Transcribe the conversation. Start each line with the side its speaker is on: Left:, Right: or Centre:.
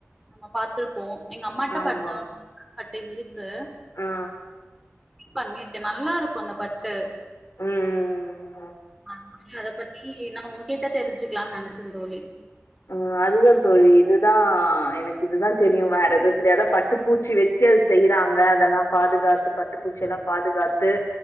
Centre: நம்ம பாத்துருக்கோம் எங்க அம்மாடா
Left: ஆமா
Centre: பாத்தா பட்டைகறி க்கு
Left: ஆ
Centre: பண்ணிருக்கே நல்லா இருக்கும் அந்த பட்டு
Left: உம் உம்
Centre: ஆமா அத பத்தி நா கிட்ட தெரிஞ்சுக்கலான்னு நெனைச்ச தோழி
Left: ஆ அதுதா தோழி இதுதா எனக்கு இதுதா தெரியு வேற எதும் தெரியாது பட்டுப்பூச்சி வச்சு அது செய்யறாங்க அதெல்லா பாதுகாத்து பட்டுப்பூச்சிலா பாதுகாத்து